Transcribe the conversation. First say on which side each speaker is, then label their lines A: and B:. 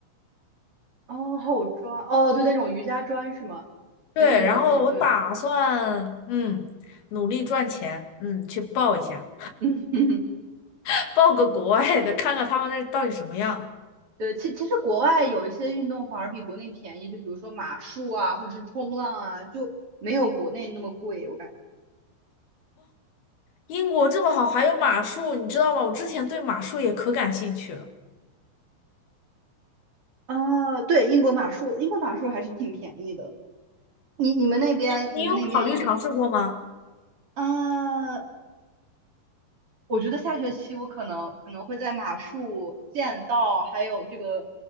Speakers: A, on the right; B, on the left.
A: 哦，还有砖，哦，对，那种瑜伽砖是吗？
B: 对，
A: 那那种垫，
B: 然后我打算嗯努力赚钱，
A: 对，
B: 嗯去报一下，
A: 嗯嗯嗯，
B: <laughs> 报个国外的，看看他们那到底什么样。
A: <laughs> 对，其其实国外有一些运动反而比国内便宜，就比如说马术啊，或者是冲浪啊，就没有国内那么贵，我感觉。
B: 英国这么好，还有马术，你知道吗？我之前对马术也可感兴趣了。
A: 啊，对，英国马术，英国马术还是挺便宜的。你你们那边你们那边有，
B: 你你有考虑尝试过吗？
A: 啊？我觉得下学期我可能可能会在马术、剑道还有这个